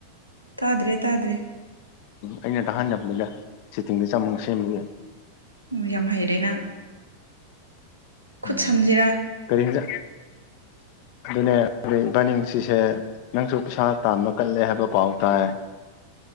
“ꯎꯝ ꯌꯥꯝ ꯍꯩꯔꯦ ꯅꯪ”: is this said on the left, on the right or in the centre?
Right